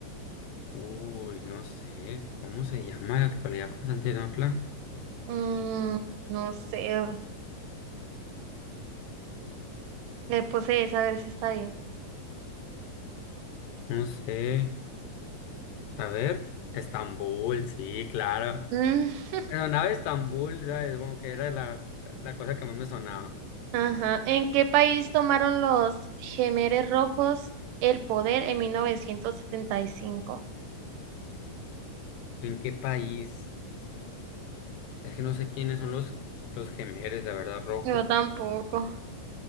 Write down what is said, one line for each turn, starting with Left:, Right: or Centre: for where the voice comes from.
Left: Uy, no sé. ¿Cómo se llama en la actualidad Constantinopla?
Right: Mm, no sé, le puse esa a ver si está bien.
Left: No sé. A ver. Estambul, sí, claro.
Right: Mm, <laughs>
Left: Me sonaba Estambul, ¿sabes? Como que era la, la cosa que más me sonaba.
Right: Ajá. ¿En qué país tomaron los Jemeres Rojos el poder en 1975?
Left: ¿En qué país? Es que no sé quiénes son los, los gemeres, la verdad, rojos.
Right: Yo tampoco,